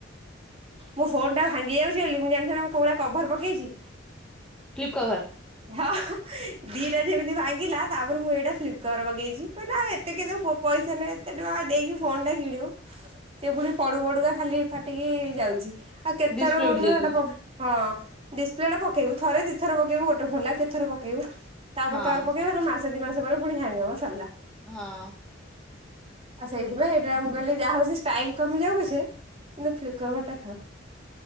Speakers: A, on the right; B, in the centre.
A: ମୋ ଫୋନ ଟା ଭାଙ୍ଗି ଯାଉଚି ବୋଲି ମୁଁ ଜାଣିିଚ ନାଁ କଉ ଭଳିଆ କଭର ପକେଇଚି?
B: Flip cover.
A: ହଁ ଦିଟା ଯେମିତି ଭାଙ୍ଗିଲା ତାପରେ ମୁଁ ଏଇଟା ଫ୍ଲିପ୍ କଭର ପକେଇଚି କହିଲ ଆଉ ଏତେ କେତେ ଫୋ ପଇସା ନାଇଁ ଏତେ ଟଙ୍କା ଦେଇକି ଫୋନ ଟା କିଣିବୁ। ସେ ଫୁଣି ପଡୁ ପଡୁକା ଖାଲି ଫାଟିକି ଯାଉଚି ଆଉ କେତେଥର
B: ଡିସପ୍ଲେ
A: କହୁନ
B: ଉଠି ଯାଉଥିବ
A: ହେଇଟା ପ ହଁ ଡିସପ୍ଲେ ଟା ପକେଇବୁ ଥରେ ଦିଥର ପକେଇବୁ ଗୋଟେ ଫୋନରେ ଆ କେତେ ଥର ପକେଇବୁ? ତାପରେ
B: ହଁ
A: ତାପରେ ପକେଇବ ନହେଲେ ମାସ ଦି ମାସେ ପରେ ପୁଣି ହ୍ୟାଙ୍ଗ ହବ ସରଲା।
B: ହଁ।
A: ଆ ସେଇଥିପାଇଁ ଏଇଟା ମୁଁ କହିଲି ଯାହା ହଉ ସେ ଷ୍ଟାଇଲ କମି ଯାଉ ପଛେ କିନ୍ତୁ ଫ୍ଲିିକଭରଟା ଥାଉ।